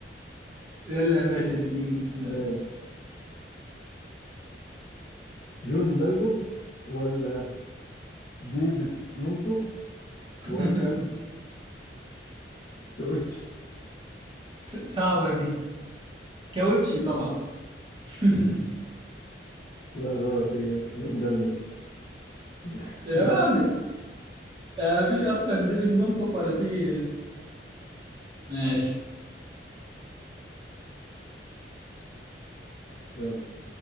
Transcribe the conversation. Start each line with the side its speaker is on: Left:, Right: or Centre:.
Right: يلا يا باشا اديني يلا.
Left: ماشي جون دانلوب ولا ديفيد منسوخ
Right: <laughs>
Left: ولا كاوتش
Right: س- صعبة دي كاوتشي طبعا <laughs>
Left: لا غلط هي جون دانلوب <laughs>
Right: يا
Left: جون
Right: راجل آه، مفيش اصلا ديفيد منفخ ولا في <laughs> ماشي
Left: دانلوب